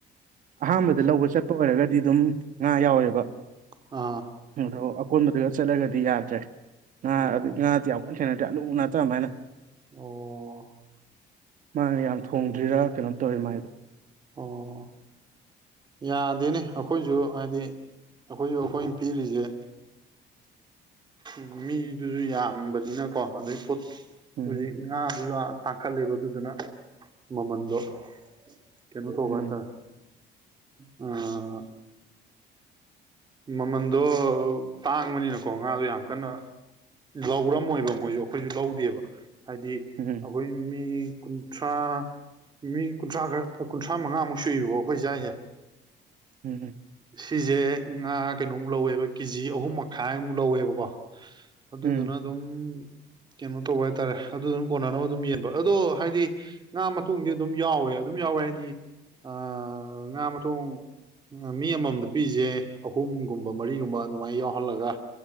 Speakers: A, on the right; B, on the right.
A: ꯑꯍꯥꯟꯕꯗ ꯂꯧꯕ ꯆꯠꯄ ꯑꯣꯏꯔꯒꯗꯤ ꯑꯗꯨꯝ ꯉꯥ ꯌꯥꯎꯋꯦꯕ
B: ꯑꯥ
A: ꯑꯗꯣ ꯑꯀꯣꯟꯕꯗꯨꯒ ꯆꯠꯂꯒꯗꯤ ꯌꯥꯗ꯭ꯔꯦ ꯉꯥ
B: ꯑꯣ
A: ꯉꯥꯗꯤ ꯌꯥꯝ ꯀꯟ ꯈꯦꯅ ꯇ ꯎꯅ ꯇ ꯑꯃꯥꯏꯅ
B: ꯑꯣ
A: ꯃꯥꯅꯦ ꯌꯥꯝ ꯊꯣꯡꯗ꯭ꯔꯤꯔꯥ ꯀꯩꯅꯣꯝ ꯇꯧꯋꯤ ꯃꯥꯏꯗꯣ
B: ꯑꯣ ꯌꯥꯗꯦꯅꯦ ꯑꯩꯈꯣꯏꯁꯨ ꯍꯥꯏꯗꯤ ꯑꯩꯈꯣꯏꯁꯨ ꯑꯩꯈꯣꯏꯅ ꯄꯤꯔꯤꯁꯦ ꯎꯝ ꯃꯤꯗꯨꯁꯨ ꯌꯥꯝꯕꯅꯤꯅꯀꯣ ꯑꯗꯨꯩ ꯄꯣꯠ
A: ꯎꯝ
B: ꯍꯧꯖꯤꯛ ꯉꯥꯗꯨ ꯇꯥꯡꯈꯠꯂꯦꯕ ꯑꯗꯨꯗꯨꯅ ꯃꯃꯜ ꯣ ꯀꯩꯅꯣ ꯇꯧꯕꯠꯇ
A: ꯎꯝ
B: ꯑ ꯃꯃꯟꯗꯣ ꯇꯥꯡꯕꯅꯤꯅꯀꯣ ꯉꯥꯗꯣ ꯌꯥꯝ ꯀꯟꯅ ꯂꯧꯔꯝꯃꯣꯏꯕ ꯃꯣꯏꯁꯨ ꯑꯩꯈꯣꯏꯁꯨ ꯂꯧꯗꯦꯕ ꯍꯥꯏꯗꯤ
A: ꯎꯝ
B: ꯑꯩꯈꯣꯏ ꯃꯤ ꯀꯨꯟꯊ꯭ꯔꯥ ꯃꯤ ꯀꯨꯟꯊ꯭ꯔꯥ ꯈꯔ ꯀꯨꯟꯊ꯭ꯔꯥ ꯃꯉꯥꯃꯨꯛ ꯁꯨꯏꯕꯀꯣ ꯑꯩꯈꯣꯏ ꯖꯏꯁꯦ
A: ꯎꯝꯝ
B: ꯁꯤꯁꯦ ꯉꯥ ꯀꯩꯅꯣꯃꯨꯛ ꯂꯧꯋꯦꯕ ꯀꯦꯖꯤ ꯑꯍꯨꯝ ꯃꯈꯥꯏꯃꯨꯛ ꯂꯧꯋꯦꯕꯀꯣ ꯑꯗꯨꯗꯨꯅ
A: ꯎꯝ
B: ꯑꯗꯨꯝ ꯀꯩꯅꯣ ꯇꯧꯕ ꯍꯥꯏꯇꯥꯔꯦ ꯑꯗꯨꯗꯨꯅ ꯀꯣꯟꯅꯅꯕ ꯑꯗꯨꯝ ꯌꯦꯟꯕ ꯑꯗꯣ ꯍꯥꯏꯗꯤ ꯉꯥ ꯃꯇꯨꯡꯗꯤ ꯑꯗꯨꯝ ꯌꯥꯎꯋꯦ ꯑꯗꯨꯝ ꯌꯥꯎꯋꯦ ꯍꯥꯏꯗꯤ ꯑ ꯉꯥ ꯃꯊꯣꯡ ꯃꯤ ꯑꯃꯃꯝꯗ ꯄꯤꯁꯦ ꯑꯍꯨꯝꯒꯨꯝꯕ ꯃꯔꯤꯒꯨꯝꯕ ꯑꯗꯨꯃꯥꯏꯅ ꯌꯥꯎꯍꯜꯂꯒ